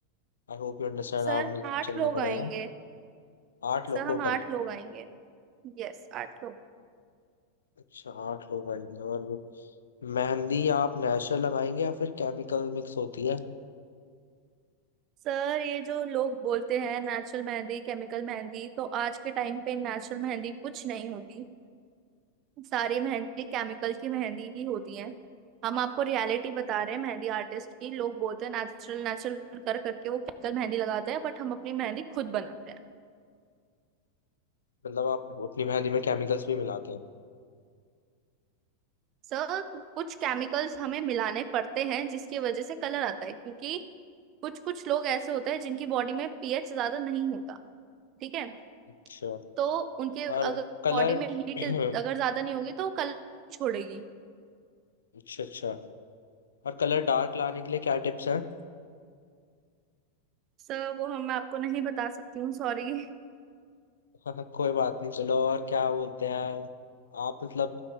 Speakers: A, on the left; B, on the right.
A: आई होप यू अंडरस्टैंड
B: सर
A: आप
B: आठ
A: चलना
B: लोग
A: पड़ेगा
B: आएंगे
A: आठ लोग
B: सर
A: टोटल
B: हम आठ लोग आएंगे यस आठ लोग
A: अच्छा आठ लोग आएंगे और मेहंदी आप नेचुरल लगाएंगे या फिर केमिकल मिक्स होती है
B: सर ये जो लोग बोलते हैं नेचुरल मेहंदी केमिकल मेहंदी तो आज के टाइम पे नेचुरल मेहंदी कुछ नहीं होती सारी मेहंदी केमिकल की मेहंदी ही होती है हम आपको रियलिटी बता रहे हैं मेहंदी आर्टिस्ट की लोग बोलते हैं नेचुरल नेचुरल कर करके वो केमिकल मेहंदी लगाते हैं बट हम अपनी मेहंदी खुद बनाते हैं
A: मतलब आप अपनी मेहंदी में केमिकल्स भी मिलाते हैं
B: सर कुछ केमिकल्स हमें मिलाने पड़ते हैं जिसकी वजह से कलर आता है क्योंकि कुछ कुछ लोग ऐसे होते हैं जिनकी बॉडी में पीएच ज्यादा नहीं होता ठीक है
A: अच्छा
B: तो उनके अगर
A: और कलर
B: बॉडी में हीट
A: <clears throat>
B: अगर ज्यादा नहीं होगी तो कलर छोड़ेगी
A: अच्छा अच्छा और कलर डार्क लाने के लिए क्या टिप्स हैं
B: सर वो हम मैं आपको नहीं बता सकती हूँ सॉरी <laughs>
A: <laughs> कोई बात नहीं चलो और क्या बोलते हैं आप मतलब